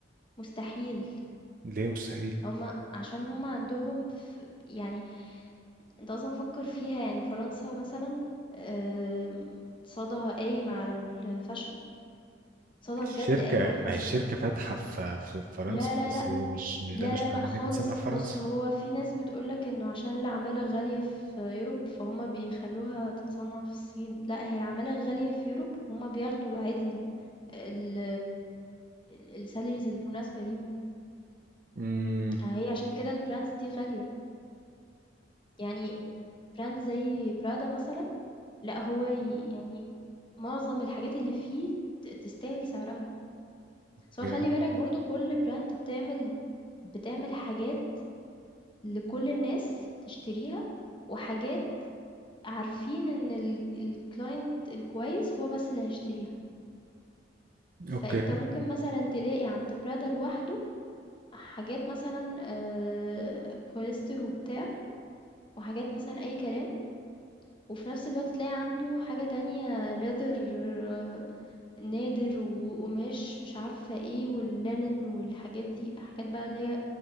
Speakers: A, on the left; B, on the right.
A: مستحيل،
B: ليه مستحيل
A: هم عشان هم عندهم ف يعني أنت أصلًا فكّر فيها يعني فرنسا مثلًا آمم اقتصادها قايم على الfashion، اقتصادها
B: الشركة
A: بجد قايم على
B: ما
A: الfashion.
B: هي الشركة فاتحة في في فرنسا
A: لا، لا،
B: بس
A: لا
B: هي مش مش
A: لا
B: ده مش معناه
A: لا خالص
B: إن هي بتصنع في فرنسا
A: بص هو في ناس بتقولك انه عشان العمالة غالية في يوروب فهما بيخلوها تتصنع في الصين لا هي العمالة غالية في يوروب وهما بياخدوا عادي ال ال السالاريز المناسبة ليهم
B: امم
A: آه، هي عشان كده البراندز دي غالية يعني براند زي برادا مثلا لا هو ي- يعني معظم الحاجات اللي فيه ت- تستاهل سعرها
B: اوكي
A: سواء خلي بالك برضو كل براند بتعمل بتعمل حاجات لكل الناس تشتريها وحاجات عارفين إن ال الclient الكويس هو بس اللي هيشتريها،
B: اوكي
A: فأنت ممكن مثلًا تلاقي عند prada لوحده حاجات مثلًا آآ بوليستر وبتاع، وحاجات مثلًا أي كلام، وفي نفس الوقت تلاقي عنده حاجة تانية leather آه، نادر وقماش مش عارفة إيه والlinen والحاجات دي، حاجات بقى اللي هي